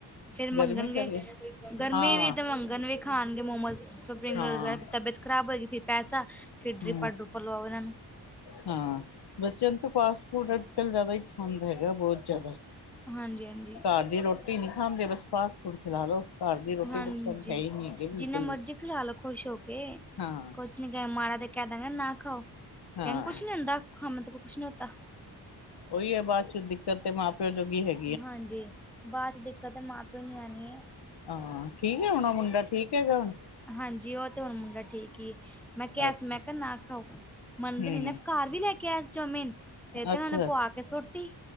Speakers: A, in the centre; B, on the left.
A: ਫਿਰ ਮੰਗਣਗੇ
B: ਗਰਮੀ ਕਰਕੇ
A: ਗਰਮੀ
B: ਹਾਂ
A: ਵੀ ਤੇ ਮੰਗਣ ਵੀ ਖਾਣਗੇ ਮੋਮੋਜ਼ ਸ <unintelligible>
B: ਹਾਂ
A: ਵੈ ਤਬੀਅਤ ਖਰਾਬ ਹੋਏਗੀ ਫਿਰ ਪੈਸ ਫਿਰ ਡਰੀਪਾ-ਡਰੋਪਾਂ
B: ਹਮ
A: ਲਵਾਓ ਇਹਨਾਂ ਨੂੰ।
B: ਹਾਂ ਬੱਚਿਆਂ ਨੂੰ ਤਾਂ ਫਾਸਟ ਫੂਡ ਅੱਜ ਕੱਲ ਜਾਦਾ ਹੀ ਪਸੰਦ ਹੈਗਾ ਬੋਹਤ ਜਾਦਾ।
A: ਹਾਂਜੀ-ਹਾਂਜੀ
B: ਘਰ ਦੀ ਰੋਟੀ ਨੀ ਖਾਂਦੇ ਬਸ ਫਾਸਟ ਫੂਡ ਖਿਲਾ ਲੋ। ਘਰ ਦੀ ਰੋਟੀ
A: ਹਾਂਜੀ
B: ਤਾਂ ਪਸੰਦ ਹੈ ਹੀ ਨਹੀਂ ਹੈਗੀ ਬਿਲਕੁਲ
A: ਜਿੰਨਾ ਮਰਜ਼ੀ
B: ਵੀ
A: ਖਿਲਾ ਲਓ ਖੁਸ਼ ਹੋ ਕੇ
B: ਹਾਂ
A: ਕੁਛ ਨੀ ਮਾੜਾ ਤੇ ਕਹਿ ਦਾਂ ਨਾ ਖਾਓ ਤੇ
B: ਹਾਂ
A: ਕਹਿੰ ਕੁੱਛ ਨੀ ਹੁੰਦਾ ਖਾ ਮ ਤ ਕੁਛ ਨੀ ਹੋਤਾ।
B: ਉਹੀ ਹੈ ਬਾਦ ਚ ਦਿੱਕਤ ਤੇ ਮਾਂ ਪਿਓ ਜੋਗੀ ਹੈਗ
A: ਹਾਂਜੀ ਬਾਦ ਚ ਦਿੱਕਤ ਮਾਂ ਪਿਓ ਨੂੰ ਰਿਣੀ ਏ।
B: ਹਾਂ ਠੀਕ ਐ ਹੁਣਾ ਮੁੰਡਾ ਠੀਕ ਹੈਗਾ ਹੁਣ।
A: ਹਾਂਜੀ ਉਹ ਤੇ ਹੁਣ ਮੁੰਡਾ ਠੀਕ ਏ। ਮੈਂ ਕਿਹਾ
B: ਅੱਛਾ
A: ਸੀ ਮੈਂ ਕਿਹਾ ਨਾ ਖਾਓ, ਮੰਨਦੇ
B: ਹਮ
A: ਨੀ ਨਾ ਘਰ ਵੀ ਲੈ ਕੇ ਆਇਆ ਸੀ ਚੌਮਿਨ। ਫੇਰ ਤੇ
B: ਅੱਛਾ
A: ਉਹ ਨੇ ਪੁਵਾ ਕੇ ਸੁੱਟਤੀ